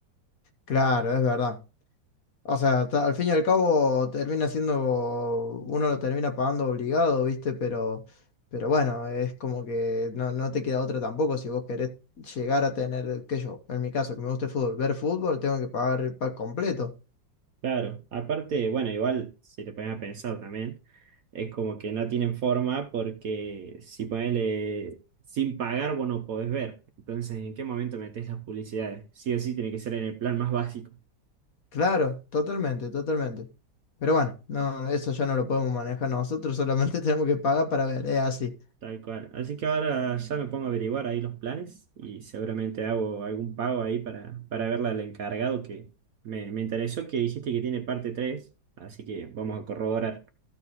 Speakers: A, on the left; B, on the right.
A: Claro, es verdad. O sea, ta- al fin y al cabo termina siendo, uno lo termina pagando obligado, ¿viste? Pero, pero bueno, es como que no, no te queda otra tampoco si vos querés llegar a tener, qué sé yo, en mi caso que me gusta el fútbol, ver fútbol, tengo que pagar el pack completo.
B: Claro, aparte, bueno, igual si te pones a pensar también, es como que no tienen forma porque si ponele sin pagar vos no podés ver. Entonces, ¿en qué momento metés las publicidades? Sí o sí tiene que ser en el plan más básico,
A: Claro, totalmente, totalmente. Pero bueno, no, eso ya no lo podemos manejar nosotros, solamente <laughs> tenemos que pagar para ver, es así.
B: tal cual. Así que ahora ya me pongo a averiguar ahí los planes y seguramente hago algún pago ahí para, para verla al encargado que me, me interesó que dijiste que tiene parte 3 así que vamos a corroborar.